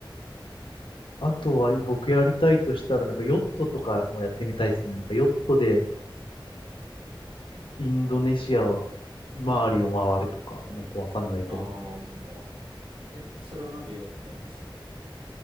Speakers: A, on the left; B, on the right.
A: あとは僕やりたいとしたら、なんかヨットとかもやってみたいですね。なんかヨットでインドネシア周りを回るとか、なんかわかんないけど。
B: ああ、
A: い
B: え、それはなんで読ったんですか